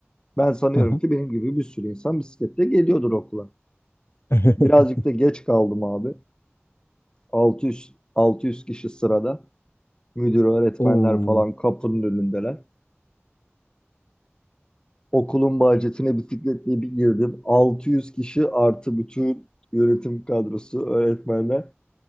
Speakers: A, on the left (about 20°); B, on the left (about 65°).
A: Ben sanıyorum
B: Aha.
A: ki benim gibi bir sürü insan bisikletle geliyordur okula.
B: <laughs>
A: Birazcık da geç kaldım abi. 600 600 kişi sırada. Müdür, öğretmenler
B: Oo.
A: falan kapının önündeler. Okulun bahçesine bisikletle bir girdim. 600 kişi artı bütün yönetim kadrosu, öğretmenler.